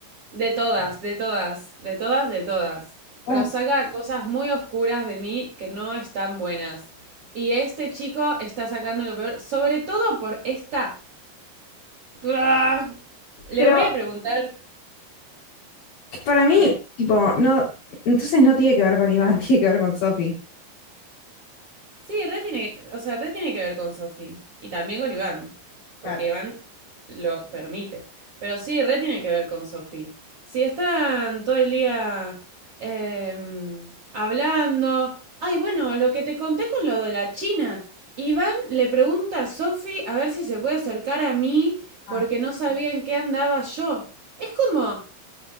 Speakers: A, on the right (about 35°); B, on the left (about 50°).
A: de todas, de todas, de todas, de todas.
B: Ah,
A: Pero saca cosas muy oscuras de mí que no están buenas. Y este chico está sacando lo peor, sobre todo por esta... ¡Bua! Le
B: Pero
A: voy a preguntar
B: para mí,
A: qué.
B: tipo, no, entonces no tiene que ver con Iván, <laughs> tiene que ver con Sofi.
A: Sí, re tiene, o sea, re tiene que ver con Sofi y también con Iván, porque
B: Claro.
A: Iván lo permite. Pero sí, re tiene que ver con Sofi. Si están todo el día em, hablando, ay, bueno, lo que te conté con lo de la China, Iván le pregunta a Sofi a ver si se puede acercar a mí
B: Ah,
A: porque no sabía en qué andaba yo. Es como,